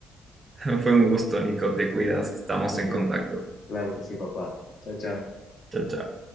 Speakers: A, on the right; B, on the left.
A: <laughs> Fue un gusto, Nico. Te cuidas. Estamos
B: Ha
A: en
B: sido.
A: contacto.
B: Claro que sí, papá. Chao, chao.
A: Chao, chao.